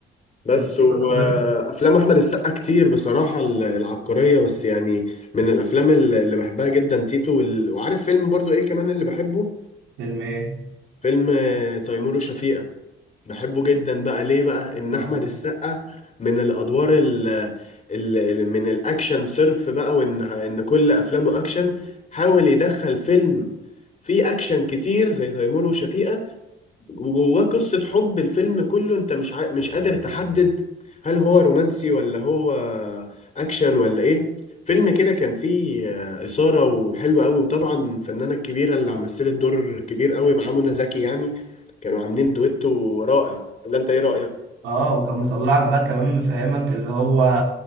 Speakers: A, on the left (about 35°); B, on the right (about 80°).
A: بس
B: ترتيب
A: وافلام
B: ربنا
A: احمد السقا كتير بصراحه ال- العبقريه بس يعني من الافلام ال- اللي بحبها جدا تيتو وال- وعارف فيلم برضو ايه كمان اللي بحبه
B: فيلم ايه؟
A: فيلم آه، تيمور وشفيقة بحبه جدا بقى ليه بقى ان
B: آه.
A: احمد السقا من الادوار ال ال ال- من الاكشن صرف بقى وان ان كل افلامه اكشن حاول يدخل فيلم فيه اكشن كتير زي تيمور وشفيقة وجواه قصة حب الفيلم كله انت مش ع... مش قادر تحدد هل هو رومانسي ولا هو اكشن ولا ايه فيلم كده كان فيه آه، إثارة وحلو قوي وطبعا الفنانة الكبيرة اللي مثلت دور كبير قوي مع منى زكي يعني كانوا عاملين دويتو رائع ولا انت ايه رأيك
B: اه وكان مطلعك بقى كمان مفهمك اللي هو